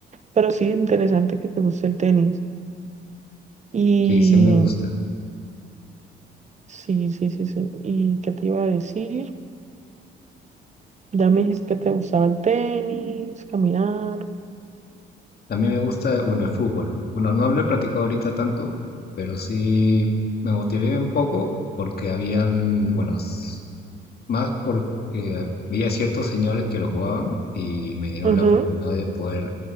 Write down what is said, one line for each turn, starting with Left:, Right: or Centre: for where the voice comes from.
Right: Pero sí, interesante que te guste el tenis. Y
Left: Sí, sí me gusta.
Right: sí, sí, sí, sí. ¿Y qué te iba a decir? Ya me dijiste que te gustaba el tenis, caminar.
Left: También me gusta, bueno, el fútbol. Bueno, no lo he practicado ahorita tanto, pero sí me motivé un poco porque habían, bueno, s- más porque veía ciertos señores que lo jugaban y me dieron
Right: Ujú.
Left: la oportunidad de poder